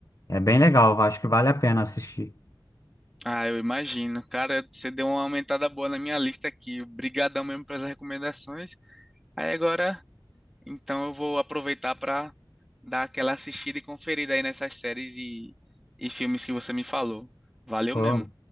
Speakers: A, on the left; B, in the centre.
A: é bem legal. eu Acho que vale a pena assistir.
B: Ah, eu imagino. Cara, você deu uma aumentada boa na minha lista aqui. Obrigadão mesmo pelas recomendações. Aí agora, então eu vou aproveitar para dar aquela assistida e conferida aí nessas séries e, e filmes que você me falou. Valeu
A: Oh,
B: mesmo.